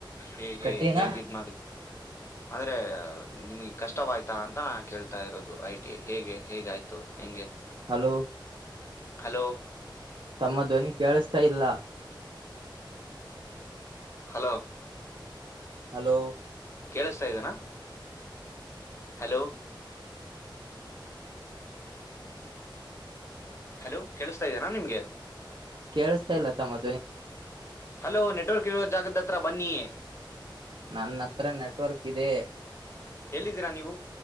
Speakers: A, on the left; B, on the right.
A: ಹೇಗೆ
B: ಕಠಿಣ
A: ಹೇಗಿತ್. ಅಂದ್ರೆ ನಿಮ್ಗೆ ಕಷ್ಟವಾಯ್ತಾ ಅಂತ ನಾ ಕೇಳ್ತಾ ಇರೋದು ಐ ಟಿ ಐ ಹೇಗೆ. ಹೇಗಾಯ್ತು ಹೆಂಗೆ.
B: Hello
A: hello.
B: ತಮ್ಮ ಧ್ವನಿ ಕೇಳಸ್ತಾ ಇಲ್ಲ.
A: ಹಲೋ.
B: ಹಲೋ.
A: ಕೇಳಸ್ತಾ ಇದೇ ನ ಹಲೋ. ಹಲೋ ಕೇಳಿಸ್ತಾ ಇದ್ಯಾನ ನಿಮಗೆ.
B: ಕೇಳಿಸ್ತಾ ಇಲ್ಲ ತಮ್ಮ ಧ್ವನೀ.
A: ಹಲೋ ನೆಟ್ವರ್ಕ್ ಇರೋ ಜಾಗದ್ದ ಹತ್ರ ಬನ್ನಿ.
B: ನನ್ನ ಹತ್ರ ನೆಟ್ವರ್ಕ್ ಇದೆ
A: ಎಲ್ಲಿದ್ದೀರಾ ನೀವು